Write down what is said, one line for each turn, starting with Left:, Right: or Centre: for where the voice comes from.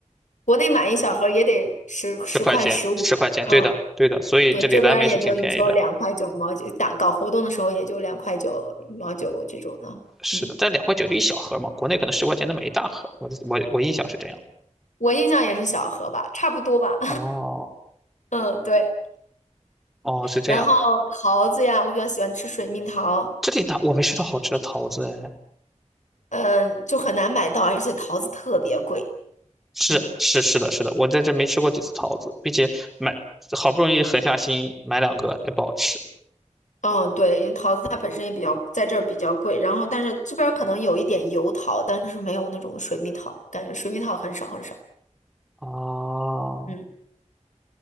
Left: 国内买一小盒也得十十块十五。
Centre: 十块钱，十块钱，对的，
Left: 嗯，
Centre: 对的，所以这里蓝莓是挺便宜的，
Left: 对，这边儿也就有时候两块九毛九，打搞活动的时候也就两块九毛九这种的。
Centre: 是的，
Left: 嗯，
Centre: 在两块九就一小盒嘛，国内可能十块钱能买一大盒，我我我印象是这样。
Left: 我印象也是小盒吧，差不多吧。
Centre: 哦
Left: <laughs> 嗯，对。
Centre: 哦，是这样，
Left: 然后桃子呀，我比较喜欢吃水蜜桃，
Centre: 这里哪我没吃到好吃的桃子哎，
Left: 嗯，就很难买到，而且桃子特别贵。
Centre: 是是是的，
Left: 嗯
Centre: 是的，我在这没吃过几次桃子，并且买好不容易狠下心买两个也不好吃。
Left: 嗯，对，因为桃子它本身也比较在这儿比较贵，然后但是这边儿可能有一点油桃，但是没有那种水蜜桃，感觉水蜜桃很少很少。
Centre: 哦，
Left: 嗯。